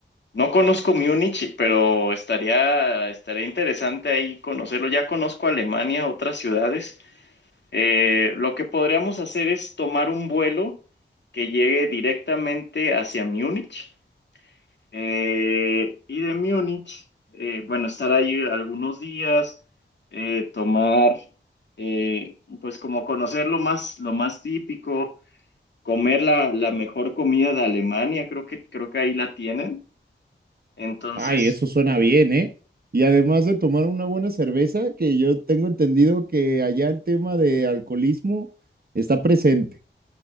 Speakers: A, on the left; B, on the right.
A: No conozco Múnich, pero estaría, estaría interesante ahí conocerlo. Ya conozco Alemania, otras ciudades. Eh, lo que podríamos hacer es tomar un vuelo que llegue directamente hacia Múnich Eh, y de Múnich, eh, bueno, estar ahí algunos días, eh, tomar, eh, pues como conocer lo más, lo más típico, comer la, la mejor comida de Alemania, creo que, creo que ahí la tienen. Entonces,
B: Ay, eso suena bien, ¿eh? Y además de tomar una buena cerveza, que yo tengo entendido que allá el tema de alcoholismo está presente.